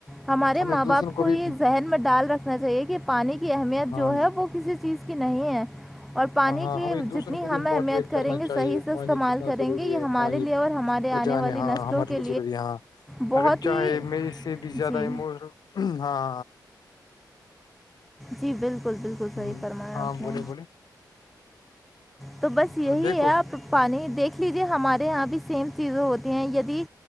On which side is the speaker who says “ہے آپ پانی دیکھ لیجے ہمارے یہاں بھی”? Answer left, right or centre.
Centre